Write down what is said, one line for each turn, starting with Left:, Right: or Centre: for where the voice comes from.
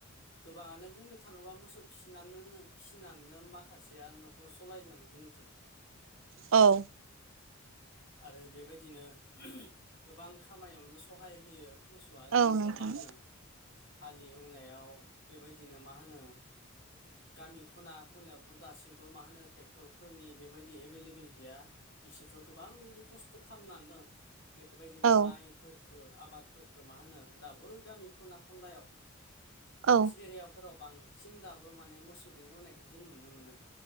Left: गोबाङानो बुंनो थाङोब्ला मोसौ फिनानोनो फिसिनानैनो माखासेया न'खर सालायदों जोंनिथिं
Right: औ
Left: आरो बेबायदिनो गोबां खामायावनो सहाय होयो मोसौआ
Right: औ
Left: जेनेबा
Right: नोंथां
Left: मा होनो हालि एवनायाव बेबायदिनो मा होनो गामि खना खनलायावथ' दासिमबो मा होनो ट्रेक्टरफोरनि बेबायदि एभेलेबोेल गैया बिसोरथ' गोबां बेबायदि खस्थ' खालामनानै दं बेबायदिनो
Right: औ
Left: माइ फोरखो आबादफोरफोरखौ मा होनो दाबो गामि खना खनलायाव हिल्स
Right: औ
Left: एरियाफोराव बांसिन दाबो माने मोसौजों एवनायखौ जों नुनो मोनो